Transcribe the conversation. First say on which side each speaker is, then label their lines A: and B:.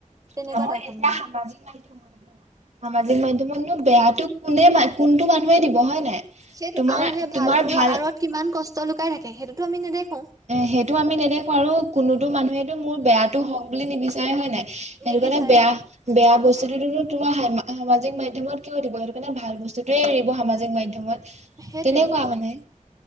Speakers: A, on the right; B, on the right.
A: তেনেকুৱা
B: নহয়
A: টাইপত
B: এতিয়া
A: মানে
B: সামাজিক মাধ্যমত। সামাজিক মাধ্যমতনো বেয়াটো কোনে কোনটো মানুহে দিব হয় নাই।
A: সেইটো
B: তোমাৰ
A: আৰু সেই ভালটোৰ
B: তোমাৰ ভাল
A: আঁৰত কিমান কষ্ট লুকাই থাকে, সেইটোতো আমি নেদেখো।
B: সেইটো আমি নেদেখো আৰু কোনোতো মানুহেটো মোৰ বেয়াটো হওঁক বুলি নিবিচাৰে হয় নাই। সেইটো
A: নিবিচাৰে
B: কাৰণে বেয়া।
A: অ
B: বেয়া বস্তুটোনো সামাজিক মাধ্যমত কিয় দিব, সেইটো কাৰণে ভাল বস্তুতোৱে এৰিব সামাজিক মাধ্যমত।
A: সেইটোৱে
B: তেনেকুৱা মানে।